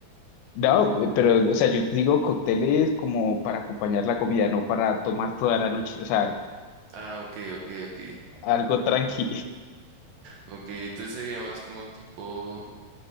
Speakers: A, on the left (about 80°); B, on the right (about 70°).
A: No, eh, pero, o sea, yo te digo cócteles como para acompañar la comida, no para tomar toda la noche, o sea,
B: Ah, ok, ok, ok.
A: algo tranqui.
B: Ok, entonces sería más como tipo